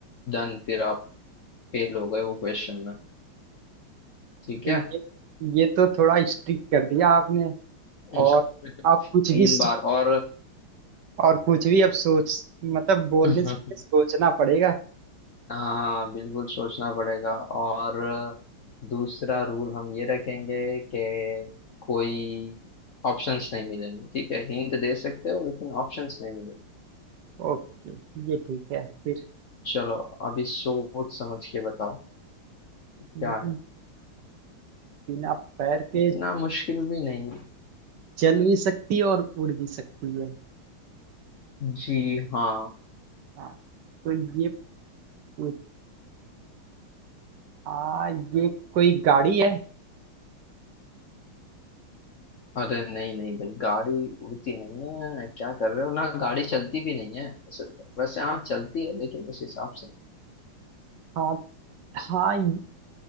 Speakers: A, on the left; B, on the right.
A: डन फिर आप फेल हो गए वो क्वेश्चन में ठीक
B: ये
A: है
B: ये तो थोड़ा स्ट्रिक कर दिया आपने
A: <laughs>
B: और
A: तीन
B: आप कुछ भी सो-
A: बार और
B: और कुछ भी अब सोच मतलब बोलने
A: <laughs>
B: से पहले सोचना पड़ेगा
A: हाँ बिल्कुल सोचना पड़ेगा और दूसरा रूल हम ये रखेंगे कि कोई ऑप्शंस नहीं मिलेंगे ठीक है हिंट दे सकते हो लेकिन ऑप्शंस नहीं मिलेंगे
B: ओके ये ठीक है फिर
A: चलो अभी सोच समझ के बताओ कि क्या
B: हम्म,
A: है
B: बिना पैर के
A: इतना मुश्किल भी नहीं
B: चल भी सकती है और उड़ भी सकती है
A: जी हाँ
B: हाँ तो ये पूछ- हाँ ये कोई गाड़ी है
A: अरे नहीं नहीं भाई गाड़ी उड़ती नहीं है क्या कर रहे हो ना गाड़ी चलती भी नहीं है वैसे तो वैसे हाँ चलती है लेकिन उस हिसाब से
B: हाँ हाँ ये-